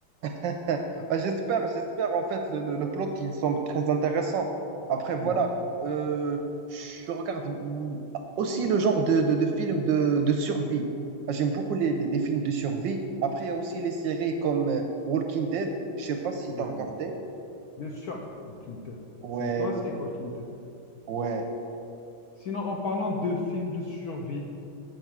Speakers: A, on the right (about 75°); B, on the left (about 70°).
A: <laughs> Ah, j'espère, j'espère en fait le, le, le plot il semble très intéressant. Après voilà,
B: Mhm.
A: euh, je regarde mm, aussi le genre de, de, de films de, de survie. Ah, J'aime beaucoup les, les, les films de survie. Après il y a aussi les séries comme euh, Walking Dead. Je sais pas si
B: Oui.
A: t'as regardé.
B: Bien sûr, Walking Dead.
A: Ouais,
B: C'est un classique, Walking Dead.
A: ouais,
B: Sinon, en parlant de films de survie,